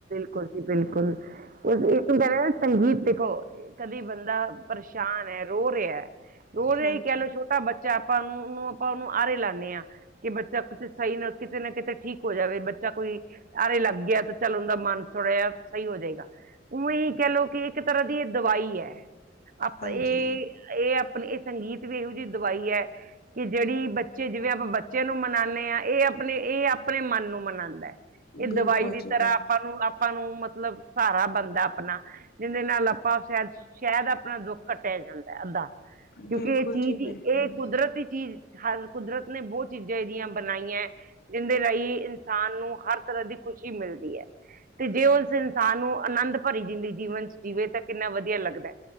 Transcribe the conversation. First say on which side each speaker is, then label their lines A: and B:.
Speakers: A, on the right; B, on the left.
A: ਬਿਲਕੁਲ ਜੀ, ਬਿਲਕੁਲ ਇੱਕ ਕਹਿ ਰਹੇ ਆ ਸੰਗੀਤ ਦੇਖੋ, ਕਦੀ ਬੰਦਾ ਪਰੇਸ਼ਾਨ ਐ, ਰੋ ਰਿਐ, ਰੋ ਰਿਐ
B: ਹਾਂਜੀ
A: ਹੀ ਕਹਿ ਲਓ ਛੋਟਾ ਬੱਚਾ, ਆਪਾਂ ਨੂੰ ਉਹਨੂੰ ਆਪਾਂ ਉਹਨੂੰ ਆਰੇ ਲਾਨੇ ਆ। ਕਿ ਬੱਚਾ, ਕੁਛ ਸਹੀ ਨਾ ਕਿਤੇ ਨਾ ਕਿਤੇ ਠੀਕ ਹੋ ਜਾਵੇ ਬ ਜਾਂ ਕੋਈ, ਆਰੇ ਲੱਗ ਗਿਆ ਤਾਂ ਚੱਲ ਉਹਦਾ ਮਨ ਥੋੜਾ ਜਾ ਸਹੀ ਹੋ ਜੇਗਾ, ਉਵੇਂਹੀ ਕਹਿ ਲਓ ਕਿ ਇੱਕ ਤਰ੍ਹਾਂ ਦੀ ਇਹ, ਦਵਾਈ ਐ। ਆਪਾਂ
B: ਹਾਂਜੀ
A: ਏ ਇਹ ਆਪਣੇ ਇਹ ਸੰਗੀਤ ਵੀ ਇਹੋ ਜੀ ਦਵਾਈ ਐ ਕਿ ਜਿਹੜੀ ਬੱਚੇ, ਜਿਵੇਂ ਆਪਾਂ ਬੱਚਿਆਂ ਨੂੰ ਮਨਾਨੇ ਆਂ ਇਹ ਆਪਣੇ ਇਹ ਆਪਣੇ ਮਨ ਨੂੰ ਮਨਾਦੈ। ਏ
B: ਬਿਲਕੁਲ
A: ਦਵਾਈ ਦੀ
B: ਜੀ
A: ਤਰ੍ਹਾਂ,
B: ਬਿਲਕੁਲ
A: ਆਪਾਂ ਨੂੰ ਆਪਾਂ ਨੂੰ ਮਤਲਬ ਸਹਾਰਾ ਬਣਦਾ ਅਪਨਾ, ਜਿਹਦੇ ਨਾਲ ਆਪਾਂ ਸ਼ਾਇਦ ਸ਼ੈਦ, ਆਪਣਾ ਦੁੱਖ ਕੱਟਿਆ ਜਾਂਦੈ ਅੱਧਾ ਕਿਉਂਕਿ
B: ਬਿਲਕੁਲ
A: ਇਹ ਚੀਜ਼
B: ਜੀ
A: ਈ
B: ਬਿਲਕੁਲ
A: ਇਹ ਕੁਦਰਤੀ ਚੀਜ਼ ਹਰ ਕੁਦਰਤ ਨੇ ਬਹੁਤ ਚੀਜ਼ਾਂ ਇਹਜੀਆ ਬਣਾਈਐ, ਜੀਂਦੇ ਰਾਈ ਇਨਸਾਨ ਨੂੰ ਹਰ ਤਰ੍ਹਾਂ ਦੀ ਖੁਸ਼ੀ ਮਿਲਦੀ ਐ। ਤੇ ਜੇ ਉਸ ਇਨਸਾਨ ਨੂੰ ਆਨੰਦ ਭਰੀ ਜਿੰਦੀ ਜੀਵਨ ਚ ਜੀਵੇ ਤਾਂ ਕਿੰਨਾ ਵਧੀਆ ਲੱਗਦਾ ਏ।